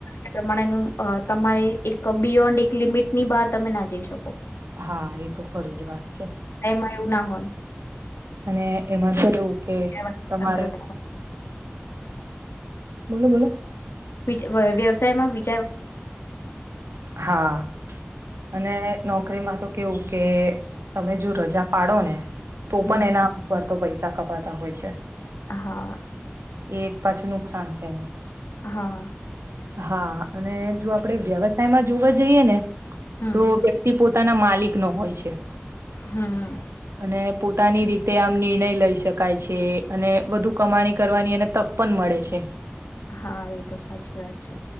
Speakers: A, on the left; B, on the right.
A: એ પ્રમાણેનું અ તમારે એક બિયોન્ડિક લિમિટની બહાર તમે ના જઈ શકો.
B: હા, એ તો ખરી જ વાત છે.
A: એમાં <inaudible>
B: અને એમાં ધરોકે
A: વ્યવસાયમાં
B: તમારે
A: સ્વતંત્રતા હોય.
B: બોલો બોલો.
A: વિચ વ વ્યવસાયમાં વી
B: હા, અને નોકરીમાં તો કેવું કે તમે જો રજા પાડો ને તો
A: હમ
B: પણ એના ઉપર તો પયસા તા કાપાતા હોય છે.
A: હા.
B: એ એક પાછું નુકસાન છે.
A: હા.
B: હા, અને જો આપડે વ્યવસાયમાં જોવા જઈએ ને
A: હમ
B: તો વ્યક્તિ પોતાના માલિક નો હોય છે
A: હમ
B: અને પોતાની રીતે આમ નિર્ણય લઈ શકાય છે અને વધુ કમાણી કરવાની એને તક પણ મળે છે.
A: હા, એ તો સાચી વાત છે.